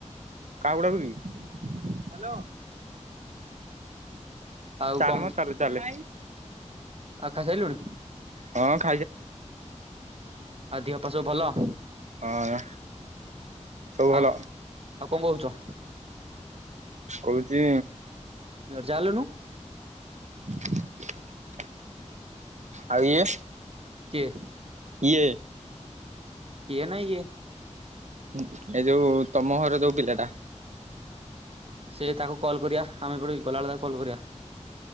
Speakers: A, on the right; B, on the right.
A: କାହାକୁ ଡାକୁଚୁ କି? ହ୍ୟାଲୋ।
B: ଆଉ
A: ଚାଲ
B: କଣ
A: ମ ଚାଲେ ଚାଲେ
B: ଆଉ ଖାଇସାରିଲୁଣି
A: ହଁ କା
B: ଆଉ ଦିହ ପା ସବୁ ଭଲ?
A: ହଁ ସବୁ ଭଲ
B: ଆଉ ଆଉ କଣ କହୁଛ?
A: କହୁଚି
B: ର ଚାଲୁନୁ।
A: <inaudible> ଆଉ ଇଏ
B: କିଏ?
A: ଇଏ।
B: କିଏ ନା ଇଏ?
A: ଉଁ ଏଇ ଯୋଉ ତମ ଘରେ ଯୋଉ ପିଲା ଟା।
B: ସେ ତାକୁ କଲ୍ କରିବା ଆମେ ଏପଟେ ବି ଗଲାବେଳେ ତାକୁ କଲ୍ କରିବା।